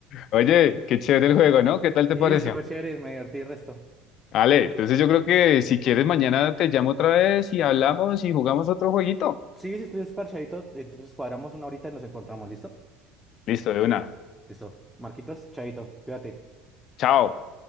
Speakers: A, on the left; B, in the centre.
A: Oye, qué chévere el juego, ¿no? ¿Qué tal te
B: Sí,
A: pareció?
B: estuvo chévere, me divertí el resto.
A: Vale, entonces yo creo que si quieres mañana te llamo otra vez y hablamos y jugamos otro jueguito.
B: Sí, si estoy desparchadito, entonces cuadramos una horita y nos encontramos, ¿listo?
A: Listo, de una.
B: Listo. Marquitos, chaito, cuídate.
A: Chao.